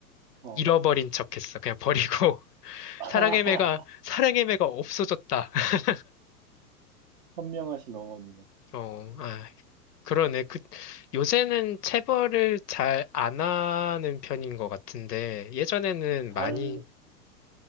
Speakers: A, on the right; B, on the left.
A: 어.
B: 잃어버린 척했어. 그냥 버리고 <laughs>
A: <laughs>
B: 사랑해매가 사랑해매가 없어졌다. <laughs>
A: 현명하신 어머니네.
B: 어, 아, 그러네. 그 요새는 체벌을 잘 안 하는 편인 것 같은데 예전에는 많이
A: 잘,